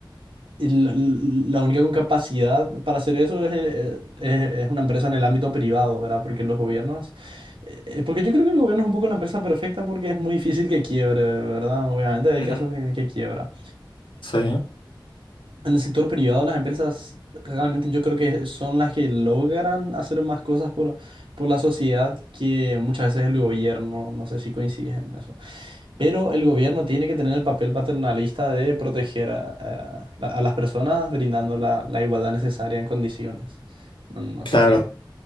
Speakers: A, on the right (about 85°); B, on the left (about 80°).
A: y La, la única con capacidad para hacer eso es, eh, es- es una empresa en el ámbito privado, ¿verdad? Porque los gobiernos, eh, eh, porque yo creo que el gobierno es un poco la empresa perfecta porque es muy difícil que quiebre, ¿verdad? Obviamente hay
B: Ujú.
A: casos en que quiebra.
B: Sí,
A: En el sector privado, las empresas realmente yo creo que son las que logran hacer más cosas por, por la sociedad que muchas veces el gobierno. No sé si coincides en eso. Pero el gobierno tiene que tener el papel paternalista de proteger a, a la- a las personas brindando la, la igualdad necesaria en condiciones. No, no
B: claro.
A: sé si.